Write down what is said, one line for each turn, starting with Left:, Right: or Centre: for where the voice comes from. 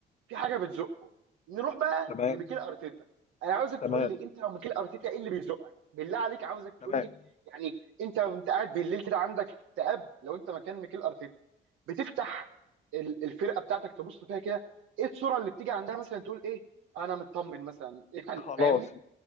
Right: في حاجه بتزقه نروح بقى
Left: تمام
Right: لميكيل ارتيتا انا عاوزك
Left: تمام
Right: تقول لي انت لو ميكيل ارتيتا ايه اللي بيزقك بالله عليك عاوزك
Left: تمام
Right: تقول لي يعني انت وانت قاعد بالليل كده عندك اكتئاب لو انت مكان ميكيل ارتيتا بتفتح ال- الفرقه بتاعتك تبص فيها كده ايه الصوره اللي بتيجي عندها مثلا تقول ايه انا مطمن مثلا <laughs> يعني
Left: خلاص
Right: فاهمني